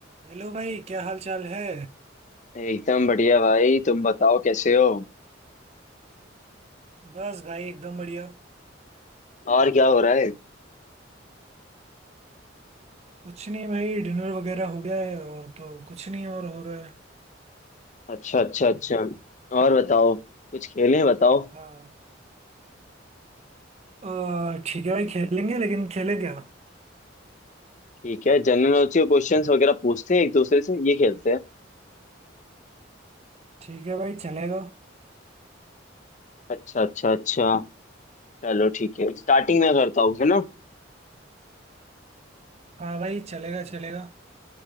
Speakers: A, on the right; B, on the left.
A: Hello भाई क्या हाल चाल है
B: एकदम बढ़िया भाई तुम बताओ कैसे हो
A: बस भाई एकदम बढ़िया
B: और क्या हो रहा है
A: कुछ नहीं भाई डिनर वगैरह हो गया है और तो कुछ नहीं और हो रहा है
B: अच्छा अच्छा अच्छा और बताओ कुछ खेलें बताओ
A: हाँ अ, ठीक है भाई खेलेंगे लेकिन खेले क्या
B: ठीक है जनरल नॉलेज के क्वेश्चंस वगैरह पूछते हैं एक दूसरे से ये खेलते हैं
A: ठीक है भाई चलेगा
B: अच्छा अच्छा अच्छा चलो ठीक है स्टार्टिंग में करता हूँ है ना
A: हाँ भाई चलेगा चलेगा